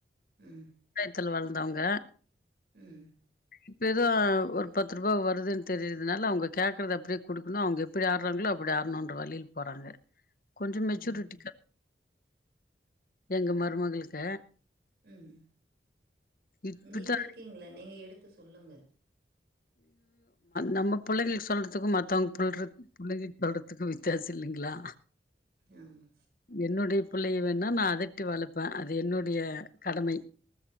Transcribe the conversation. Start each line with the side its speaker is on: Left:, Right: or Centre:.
Right: ம்
Left: துல வளந்தவங்க
Right: ம்
Left: இப்ப ஏதோ ஒரு பத்து ரூபா வருதுன்னு தெரியர்து நால அவுங்க கேக்குறது அப்பிடியே குடுக்கணு அவுங்க எப்புடி ஆடுறாங்களோ அப்பிடி ஆடணுன்ற வழில போறாங்க கொஞ்ச மெச்சூரிட்டிக்
Right: ம்.
Left: எங்க மருமகளுக்க
Right: ம்
Left: இப்படித்தா
Right: நீங்க இருக்கீங்ளே நீங்க எடுத்து சொல்லுங்க
Left: நம்ம புள்ளைங்களுக்கு சொல்றதுக்கும் மத்தவங்க புல்ற புள்ளைங்களுக்கு சொல்றதுக்கு வித்தியாசம் இல்லிங்ளா
Right: ஆமா
Left: என்னுடைய புள்ளைக வேன்னா நா அதட்டி வளப்பேன் அது என்னுடைய கடமை